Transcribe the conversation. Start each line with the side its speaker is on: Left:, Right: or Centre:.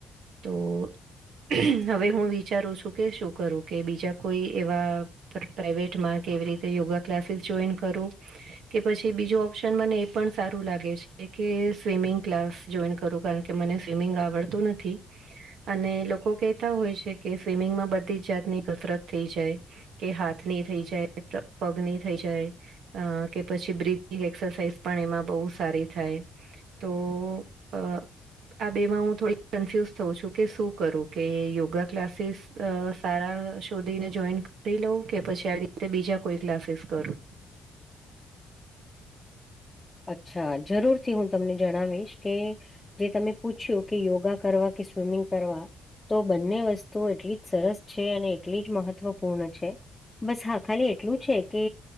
Right: તો હવે હું વિચારું છું કે શું કરું કે બીજા કોઈ એવા પ્ર પ્રાઈવેટમાં કેવી રીતે યોગા ક્લાસીસ જોઈન કરું કે પછી બીજું ઓપ્શન મને એ પણ સાર રું લાગે છે કે સ્વિમિંગ ક્લાસ જોઈન કરું, કારણ કે મને સ્વિમિંગ આવડતું નથી. અને લોકો કહેતા હોય છે કે સ્વિમિંગમાં બધી જ જાતની કસરત થઈ જાય. કે હાથની થઈ જાય, પ્ર પગની થઈ જાય અહ કે પછી બ્રિથિંગ એક્સરસાાઈઝ પણ એમાં બહુ સારી થાય. તો અહ આ બે માં હું થોડી કન્ફ્યુઝ થઉં છું કે શું કરું, કે યોગા ક્લાસીસ અહ સારા શોધીને જોઈન કરી લઉં, કે પછી આવી રીતે બીજા કોઈ ક્લાસીસ કરું.
Left: અચ્છા. જરૂર થી હું તમને જણાવીશ કે જે તમે પૂછ્યું કે યોગા કરવા કે સ્વિમિંગ કરવા. તો બંને વસ્ તું એટલી જ સરસ છે અને એટલી જ મહત્વપૂર્ણ છે. બસ હા ખાલી એટલું છે કે